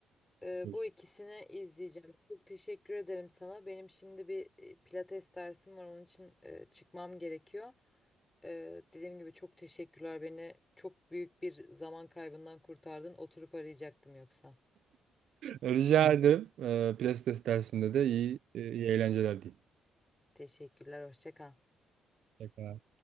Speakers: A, on the left (about 15°); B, on the right (about 70°).
A: Ee,
B: Olsun.
A: bu ikisini izleyeceğim. Çok teşekkür ederim sana. Benim şimdi bir e, pilates dersim var. Onun için e, çıkmam gerekiyor. Ee, dediğim gibi çok teşekkürler. Beni çok büyük bir zaman kaybından kurtardın. Oturup arayacaktım yoksa.
B: Rica ederim. E, Plastes dersinde de iyi, e, iyi eğlenceler diyeyim.
A: Teşekkürler. Hoşça kal.
B: Tekrar